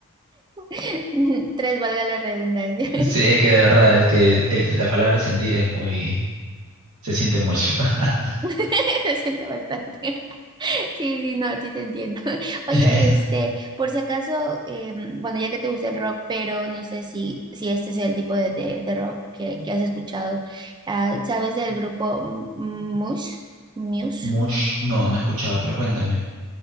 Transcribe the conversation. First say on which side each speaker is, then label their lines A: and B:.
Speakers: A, on the right (about 20°); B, on the right (about 75°).
A: <laughs> Tres, valga la redundancia.
B: Sí, es que de verdad, es que el- la palabra sentir es muy, se siente mucho. <laughs>
A: <laughs> Se siente bastante. <laughs> Sí, sí, no, sí te entiendo. <laughs> Oye,
B: Eh,
A: este, por si acaso, eh, bueno, ya que te gusta el rock, pero no sé si, si este es el tipo de, de, de rock que, que has escuchado. Ah, ¿sabes del grupo M- Muse? Muse.
B: Mush, no, no he escuchado, pero cuéntame.